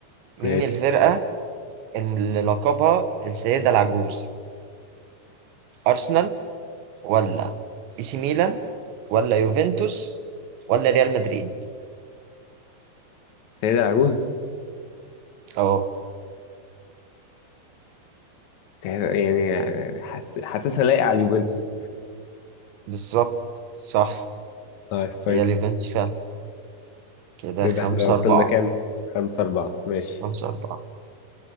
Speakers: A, on the right; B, on the left.
A: مين
B: ماشي
A: الفرقة اللي لقبها السيدة العجوز؟ أرسنال ولا إي سي ميلان ولا يوفنتوس ولا ريال مدريد؟
B: سيد العجوز
A: أه
B: يعني حس... حاسسها لايقة على اليوفنتوس
A: بالظبط صح
B: طيب كويس
A: هي اليوفنتوس فعلا كده
B: كده
A: خمسة
B: احنا وصلنا
A: أربعة
B: كام؟ خمسة أربعة ماشي
A: خمسة أربعة